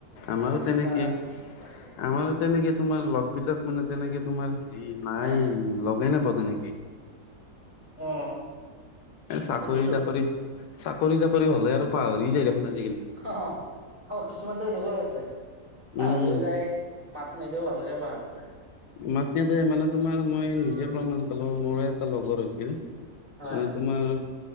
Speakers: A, on the right (about 30°); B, on the left (about 80°).
A: পুৰা
B: আমাৰো
A: ব্যস্ততা
B: তেনেকেই
A: বাঢ়ি যায় সিহঁতৰ
B: আমাৰো তেনেকে তোমাৰ লগবিলাক মানে তেনেকে তোমাৰ হেৰি নাই।
A: হে
B: লগেই নেপাওঁ তেনেকেই এ,
A: অ
B: চাকৰি
A: সেইটোৱেতো
B: তাকৰি চাকৰি তাকৰি হ'লে আৰু পাহৰি যায়, দেখোন আজি
A: অহ, অ', কিছুমানতো এনেকুৱাও আছে পাহৰিও
B: উম
A: যায়। মাত নিদিয়েও ভালকে <unintelligible>
B: মাত <unintelligible> মানে তোমাৰ মই
A: উম
B: নিজে প্ৰমাণ পালোঁ মোৰে এটা লগৰ হৈছিল
A: হয়
B: মানে তোমাৰ